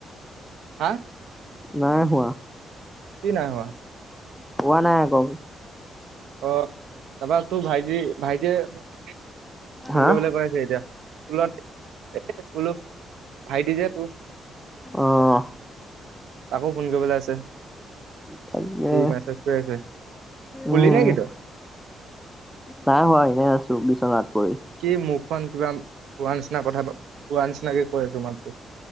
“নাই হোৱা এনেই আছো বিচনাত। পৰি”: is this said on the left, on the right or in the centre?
Centre